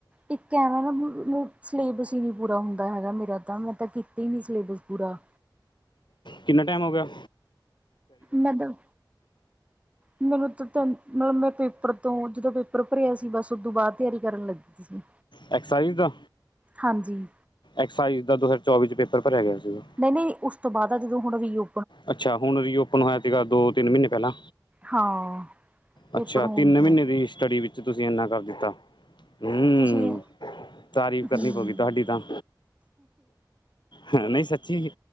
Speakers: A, on the right (about 15°); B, on the left (about 75°).
A: ਇੱਕ ਐਵੇੈਂ ਨਾ ਸਿਲੇਬਸ ਹੀ ਨਹੀਂ ਪੂਰਾ ਹੁੰਦਾ ਹੈਗਾ ਮੇਰਾ ਤਾਂ, ਮੈਂ ਤਾਂ ਕੀਤੀ ਹੀ ਨਹੀਂ ਸਿਲੇਬਸ ਪੂਰਾ।
B: ਕਿੰਨਾ ਟਾਈਮ ਹੋਗਿਆ?
A: ਮਦਬ ਮੈਨੂੰ ਤਾਂ ਤਨ ਮਤਲਬ ਮੈਂ ਪੇਪਰ ਤੋਂ, ਜਦੋਂ ਪੇਪਰ ਭਰਿਆ ਸੀ, ਬਸ ਉਦੋਂ ਬਾਅਦ ਤਿਆਰੀ ਕਰਨ ਲੱਗੀ। ਹੰ
B: ਐਕਸਾਈਜ਼ ਦਾ?
A: ਹਾਂਜੀ।
B: ਐਕਸਾਈਜ਼ ਦਾ ਦੋ ਹਜ਼ਾਰ ਚੌਵੀ'ਚ ਪੇਪਰ ਭਰਿਆ ਗਿਆ ਸੀਗਾ।
A: ਨਹੀਂ-ਨਹੀਂ, ਉਸ ਤੋਂ ਬਾਅਦ ਆ ਜਦੋਂ, ਹੁਣ ਰੀਓ
B: ਅੱਛਾ, ਹੁਣ ਰੀਓਪਨ ਹੋਇਆ ਤੀਗਾ, ਦੋ-ਤਿੰਨ ਮਹੀਨੇ ਪਹਿਲਾਂ।
A: ਹਾਂ ਪੇਪਰ
B: ਅੱਛਾ,
A: ਹੋਣ
B: ਤਿੰਨ
A: ਤੋਂ
B: ਮਹੀਨੇ ਦੀ ਸਟੱਡੀ ਵਿੱਚ ਤੁਸੀਂ ਇਨਾ ਕਰ ਦਿੱਤਾ। ਹੂੰ, ਹੂੰ
A: ਤੁਸੀਂ
B: ਤਾਰੀਫ਼
A: ਹਮ
B: ਕਰਨੀ ਪਊਗੀ ਤੁਹਾਡੀ ਤਾਂ। ਹ ਨਹੀਂ ਸੱਚੀ,